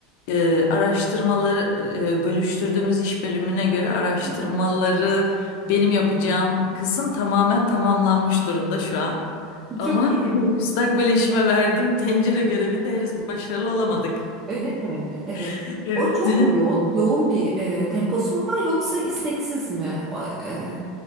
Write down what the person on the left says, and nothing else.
e, araştırmaları e, bölüştürdüğümüz iş bölümüne göre araştırmaları
benim yapacağım kısım tamamen tamamlanmış durumda şu an. Ama
<laughs> müstakbel eşime verdiğim tencere görevinde henüz başarılı olamadık.
<laughs> Evet.